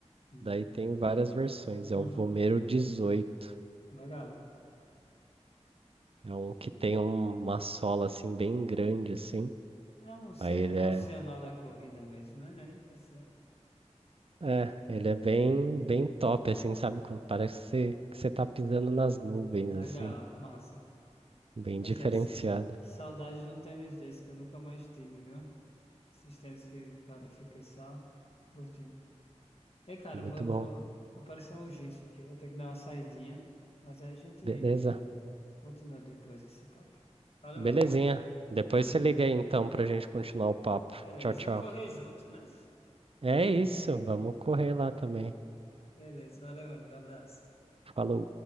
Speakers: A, on the left; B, on the right.
A: Uhum.
B: Daí tem várias versões. É
A: Uhum.
B: o Vomero 18.
A: Legal.
B: É um que tem um- uma sola assim bem grande assim.
A: É um semi-profissional
B: Aí ele é,
A: da corrida mesmo, né? Aí tá certo.
B: é, ele é bem, bem top assim, sabe? Quando Parece que você, que você tá pisando nas nuvens
A: Legal,
B: assim,
A: massa.
B: bem
A: Pois
B: diferenciado.
A: é, s- saudade de um tênis desse que eu nunca mais tive, viu? Esses tênis que o cara fica só curtindo. Ei, cara,
B: Muito
A: vou,
B: bom.
A: vou... aparecer uma urgência aqui, eu vou ter que dar uma saidinha, mas aí a gente
B: Beleza.
A: continua depois esse papo. Valeu,
B: Belezinha.
A: meu amigo.
B: Depois você liga aí então pra gente continuar o papo.
A: Beleza,
B: Tchau, tchau.
A: eu correr junto, né?
B: É isso, vamos correr lá também.
A: Beleza, valeu, meu amigo. Abraço.
B: Falou.